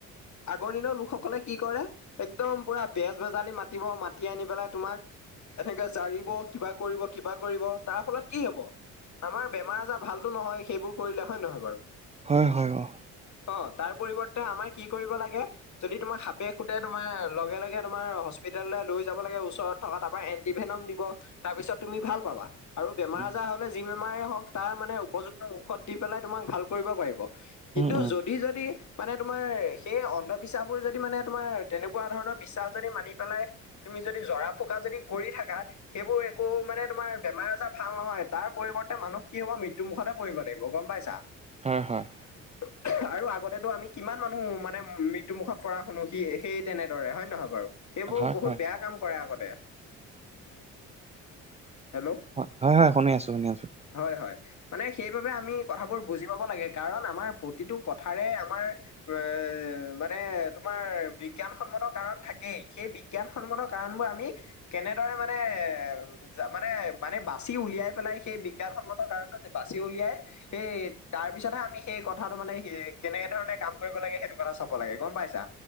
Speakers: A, on the left (about 45°); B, on the right (about 15°).
A: আগৰ দিনৰ লোকসকলে কি কৰে একদম পুৰা বেজ বেজালি মাতিব, মাতি আনি পেলাই তোমাক এনেকে জাৰিব, কিবা কৰিব কিবা কৰিব তাৰ ফলত কি হব? আমাৰ বেমাৰ - আজাৰ ভালতো নহয় সেইবোৰ কৰিলে হয় নহয় বাৰু?
B: হয় হয় অঁ।
A: অ, তাৰ পৰিৱৰ্তে আমাৰ কি কৰিব লাগে যদি তোমাৰ সাপে খুতে, তোমাৰ লগে- লগে তোমাৰ হস্পিতেললৈ লৈ যাব লাগে ওচৰত থকা তাৰপাৰা এণ্টিভেনম দিব তাৰ পিছত তুমি ভাল পাবা। আৰু বেমাৰ
B: উম
A: - আজাৰ হলে, যি বেমাৰে হওক তাৰ মানে উপযুক্ত ঔষধ দি পেলাই তোমাক ভাল কৰিব পাৰিব। কিন্তু
B: উম উম,
A: যদি - যদি মানে তোমাৰ সেই অন্ধবিশ্বাসবোৰ যদি মানে তোমাৰ তেনেকুৱা ধৰণৰ বিশ্বাস যদি মানি পেলাই তুমি যদি জৰা ফুকা যদি কৰি থাকা সেইবোৰ একো মানে তোমাৰ বেমাৰ- আজাৰ ভাল নহয়। তাৰ পৰিৱৰ্তে মানুহ কি হব, মৃত্যু মুখতে পৰিব লাগিব গম পাইছা?
B: হয়- হয়।
A: <inaudible> অহ আৰু আগতেটো আমি কিমান মানুহ মানে মৃত্যু মুুখত পৰা শুনো সি সেই তেনেদৰে হয় নে নহয় বাৰু? সেইবোৰ
B: হয়
A: বহুত
B: হয়
A: বেয়া কাম কৰে আগতে ওম। হেল্ল'?
B: অ হয়- হয়, শুনি আছো, শুনি আছো।
A: হয়- হয়। মানে সেইবাবে আমি কথাবোৰ বুজি পাব লাগে কাৰণ আমাৰ প্ৰতিটো কথাৰে আমাৰ এ, মানে তোমাৰ বিজ্ঞানসন্মত কাৰণ থাকেই। সেই বিজ্ঞান। বিজ্ঞানসন্মত কাৰণবোৰ আমি কেনেদৰে মানে- মানে- মানে। বাচি উলিয়াই পেলাই, সেই বিজ্ঞানসন্মত কাৰণটো যে বাচি উলিয়াই। সেই তাৰ পিছতহে আমি সেই কথাটো মানে হি কেনেকে ধৰণে কাম কৰিব লাগে। সেইটো কথা চব- লাগে। গম পাইছা।